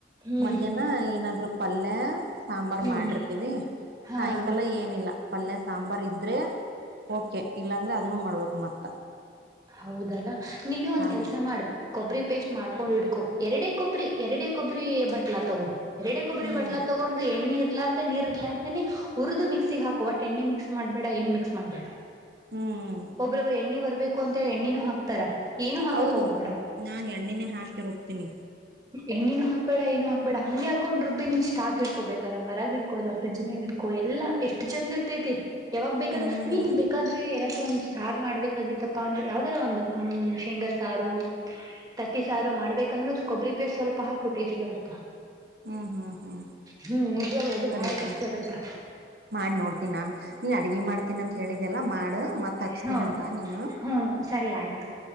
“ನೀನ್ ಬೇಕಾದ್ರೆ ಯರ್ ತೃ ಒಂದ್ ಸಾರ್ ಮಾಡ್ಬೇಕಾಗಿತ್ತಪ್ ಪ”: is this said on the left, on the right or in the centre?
Right